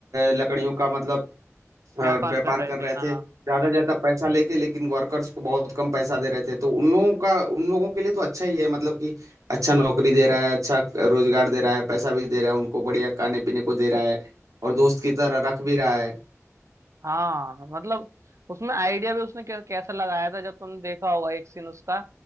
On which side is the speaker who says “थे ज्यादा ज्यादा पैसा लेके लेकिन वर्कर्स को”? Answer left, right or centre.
Right